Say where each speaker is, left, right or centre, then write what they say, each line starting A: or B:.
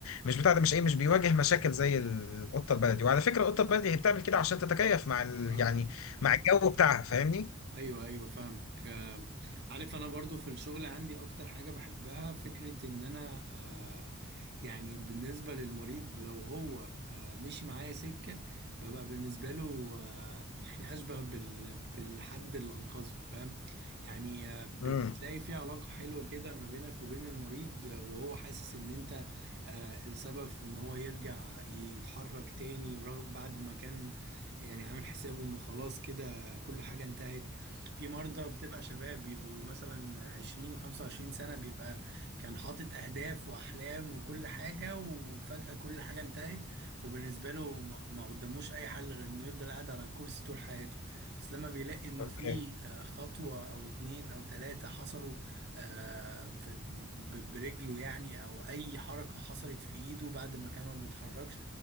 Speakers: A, on the left (about 80°); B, on the right (about 55°).
A: مش بتاع ده مش ايه مش بيواجه مشاكل زي القطة البلدي وعلى فكرة القطة البلدي هي بتعمل كده عشان تتكيف مع ال...
B: فاهم
A: يعني مع الجو بتاعها فاهمني
B: ايوه ايوه فاهمك آم، عارف انا برضو في الشغل عندي اكتر حاجة بحبها فكرة ان انا آه، يعني بالنسبة للمريض لو هو آه، مشي معايا سكة ببقى بالنسبة له آه، <laughs> يعني اشبه بال بالحد اللي انقذه فاهم يعني آه، ب-
A: امم
B: بتلاقي في علاقة حلوة كده ما بينك وبين المريض آه، وهو حاسس ان انت آه، السبب في ان هو يرجع ي- يتحرك تاني رغم- بعد ما كان يعني عامل حسابه انه خلاص كده كل حاجة انتهت في مرضى بتبقى شباب بيبقوا مثلا عشرين وخمسة وعشرين سنة بيبقى كان حاطط أهداف وأحلام وكل حاجة وفجأة كل حاجة انتهت وبالنسبة له ما ما قدموش أي حل غير إنه يفضل قاعد على الكرسي طول حياته بس لما بيلاقي إنه
A: اوكي
B: في آه، خطوة أو اتنين أو تلاتة حصلوا آه، في- ب- برجله يعني أو أي حركة حصلت في إيده بعد ما كان ما بيتحركش